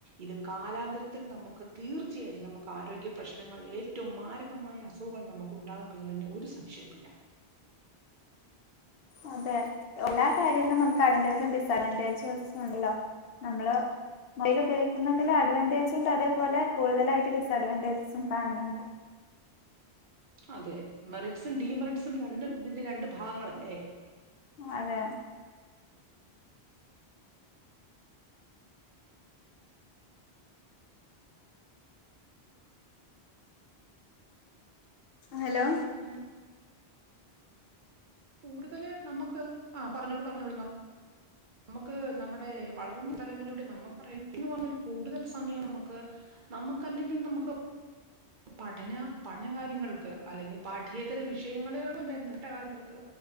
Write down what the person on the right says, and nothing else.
ഇത് കാലാന്തരത്തിൽ നമ്മക്ക് തീർച്ചയായും നമക്ക് ആരോഗ്യ പ്രശ്നങ്ങൾ ഏറ്റവും മാരകമായ അസു ഖങ്ങൾ നമുക്കുണ്ടാകുമെന്നുള്ളതിന് ഒരു സംശയവും ഇല്ല.
അതെ മെറിറ്റ്സും ഡീമെറിറ്റ്സും രണ്ടും ഇതിന്റെ രണ്ട് ഭാഗങ്ങളല്ലെ.
എന്തണ്. കൂടുതല് നമുക്ക് ആ പറഞ്ഞോളൂ പറഞ്ഞോളൂ നമുക്ക് നമ്മുടെ വളർന്ന് തലമുറയോട് നമ്മക്ക് പറയാൻ കൂടുതൽ സമയം നമുക്ക് നമുക്കല്ലെങ്കിൽ നമുക്ക് പഠന പഠന കാര്യങ്ങൾക്ക് അല്ലെങ്കിൽ പാഠ്യേതര വിഷയങ്ങളോട് ബന്ധപ്പെട്ട കാര്യങ്ങൾക്ക്